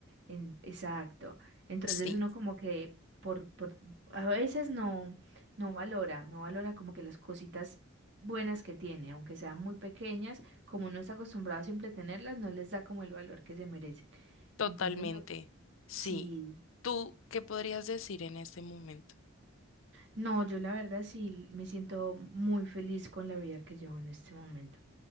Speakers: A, on the right (about 55°); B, on the left (about 70°).
A: en, exacto. Entonces
B: Sí,
A: uno como que por, por a veces no, no valora, no valora como que las cositas buenas que tiene, aunque sean muy pequeñas, como uno está acostumbrado siempre a tenerlas, no les da como el valor que se merecen.
B: totalmente.
A: Entonces, me-
B: Sí.
A: sí.
B: ¿Tú qué podrías decir en este momento?
A: No, yo la verdad sí me siento muy feliz con la vida que llevo en este momento.